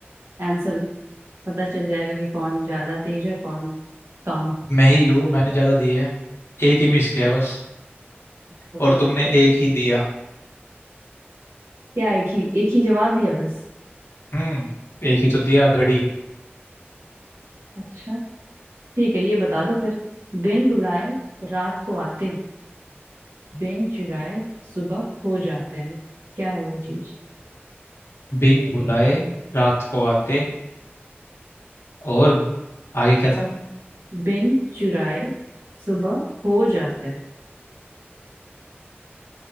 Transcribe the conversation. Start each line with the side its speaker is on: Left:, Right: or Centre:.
Right: आंसर पता चल जाएगा कि कौन ज्यादा तेज है कौन कम
Left: मैं ही हूँ मैंने ज्यादा दी है एक ही मिस किया बस
Right: तो
Left: और तुमने एक ही दिया
Right: क्या एक ही एक ही जवाब दिया बस
Left: हम्म एक ही तो दिया घड़ी
Right: अच्छा ठीक है ये बता दो फिर बिन बुलाए रात को आते हैं बिन चुराए सुबह खो जाते हैं क्या है वो चीज
Left: बिन बुलाए रात को आते और आगे क्या था
Right: बिन चुराए सुबह खो जाते हैं